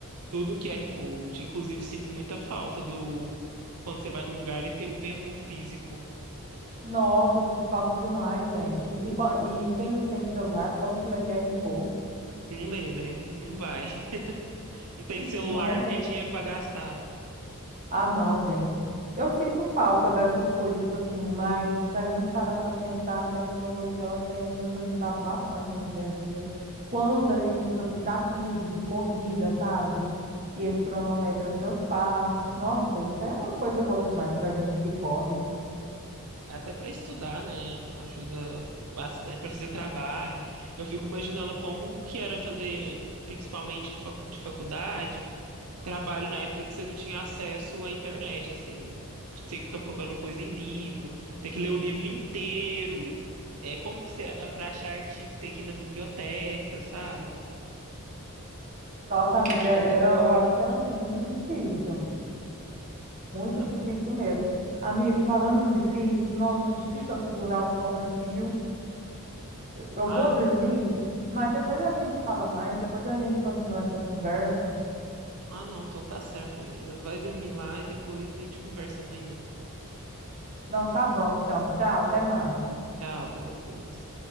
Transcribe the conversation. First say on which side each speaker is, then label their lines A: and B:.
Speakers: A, on the right; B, on the right.
A: tudo QR Code. Inclusive, sinto muita falta do quando você vai num lugar e tem um menu físico.
B: Nossa, sinto falta demais, gente. E, e qua- e quem não tem celular, como que lê QR Code?
A: Não lê, né? Não vai. <laughs> Não tem celular,
B: Não lê.
A: não tem dinheiro para gastar.
B: Ah, não, gente. Eu sinto falta dessas coisas assim, mas se a gente parar para pensar, a tecnologia ela tem nos ajudado bastante no dia a dia. Quando a gente usa aplicativo de corrida, sabe? E ele cronometra seus passos. Nossa, isso é uma coisa boa demais para a gente que corre.
A: Até para estudar, né? Ajuda bastante para fazer trabalho. Eu fico imaginando como que era fazer, principalmente facu- de faculdade trabalho na época que você não tinha acesso à internet, assim, de ter que ficar procurando coisa em livro, ter que ler o livro inteiro. É, como que você, para achar artigo, ter que ir na biblioteca, sabe?
B: Nossa, amiga, era, eu acho que era muito difícil. Muito
A: Ah,
B: difícil
A: pô.
B: mesmo. Amigo, falando em difícil, nossa, tá difícil eu segurar o sono aqui, viu? Eu
A: ah,
B: vou dormir, mas depois a gente fala mais, depois a gente continua essa conversa.
A: ah, não, então tá certo, amiga. Vai dormir lá e depois a gente conversa amanhã.
B: Não, tá bom, então. Tchau, até mais.
A: Tchau, até depois.